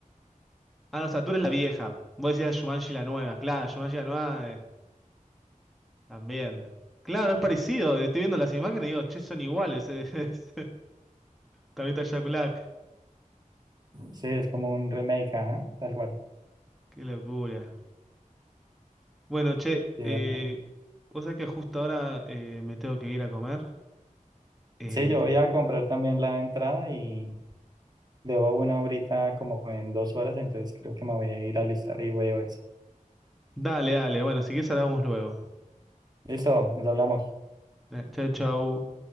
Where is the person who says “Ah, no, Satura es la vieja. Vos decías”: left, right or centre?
Centre